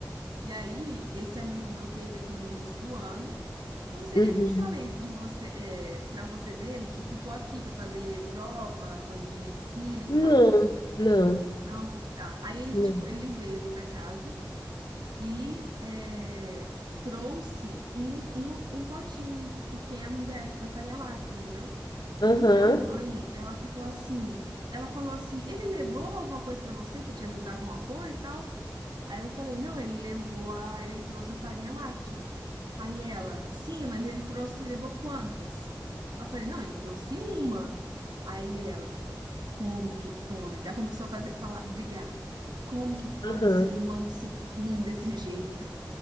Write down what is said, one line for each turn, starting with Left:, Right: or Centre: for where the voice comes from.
Right: E aí, esse amigo meu teve aqui no início do ano. Eu não sei
Left: Uhum.
Right: nem se eu te falei de você, é, para você dele, que ficou aqui para fazer prova, coisa de medicina e
Left: Não,
Right: tal.
Left: não,
Right: Não, tá. Aí ele,
Left: não.
Right: tipo, ele veio pra casa e é, trouxe um, uma- um potinho pequeno dessa- da farinha láctea, entendeu? Minha
Left: Aham,
Right: mãe, ela ficou assim, ela falou assim, ele levou alguma coisa pra você pra te ajudar com alguma coisa e tal? Aí eu falei, não, ele levou a, ele trouxe a farinha láctea. Aí ela, sim, mas ele trouxe, levou quantas? Aí eu falei, não, ele trouxe uma. Aí ela, como que pode? Aí começou a fazer, falar, brigar. Como que pode
Left: aham,
Right: um ser humano ser ruim desse jeito?